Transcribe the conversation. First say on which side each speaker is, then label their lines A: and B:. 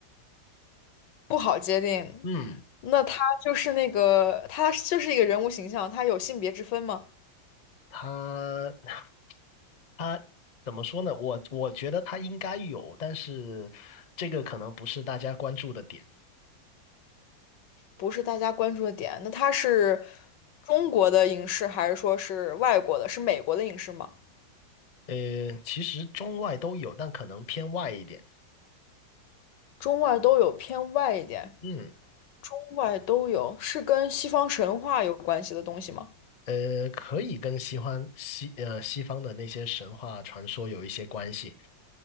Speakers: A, on the left; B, on the left.
A: 不好界定。
B: 嗯，
A: 那它就是那个，它就是一个人物形象，它有性别之分吗？
B: 它 <laughs> 它怎么说呢？我我觉得它应该有，但是这个可能不是大家关注的点。
A: 不是大家关注的点。那它是中国的影视，还是说是外国的？是美国的影视吗？
B: 呃，其实中外都有，但可能偏外一点。
A: 中外都有，偏外一点。
B: 嗯。
A: 中外都有，是跟西方神话有关系的东西吗？
B: 呃，可以跟西方西呃西方的那些神话传说有一些关系，